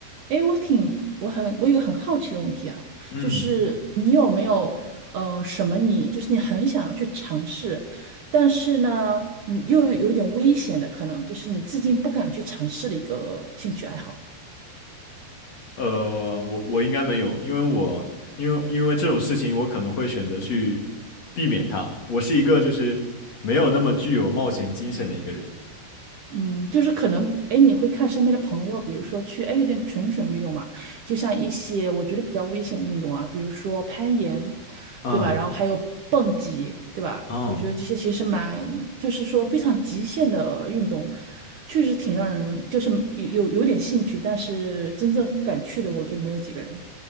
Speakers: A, on the right (about 60°); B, on the left (about 40°).
A: 哎，我挺，我很，我有一个很好奇的问题啊，
B: 嗯。
A: 就是你有没有，呃，什么你就是你很想去尝试，但是呢，你又有一点危险的，可能就是你至今不敢去尝试的一个兴趣爱好。
B: 呃，我我应该没有，因为我因为因为这种事情，我可能会选择去避免它。我是一个就是没有那么具有冒险精神的一个人。
A: 嗯，就是可能，哎，你会看身边的朋友，比如说去，哎，有点蠢蠢欲动嘛，就像一些我觉得比较危险的运动啊，比如说攀岩，
B: 嗯
A: 对吧？然后还有蹦极，对吧？
B: 嗯
A: 我觉得这些其实蛮，就是说非常极限的运动，确实挺让人就是有有有点兴趣，但是真正敢去的，我觉得没有几个人。